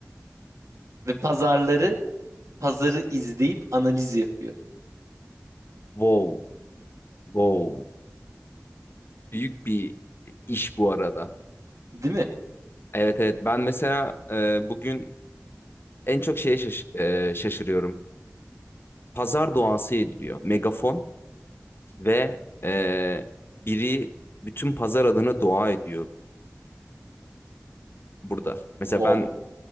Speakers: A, on the right; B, on the left.
A: ve pazarları pazarı izleyip analiz yapıyor.
B: Wow. Wow. Büyük bir iş bu arada.
A: Değil mi?
B: Evet evet ben mesela e, bugün en çok şeye şaş- e, şaşırıyorum. Pazar duası ediliyor. Megafon ve e, biri bütün pazar adına dua ediyor burada. Mesela
A: Wow.
B: ben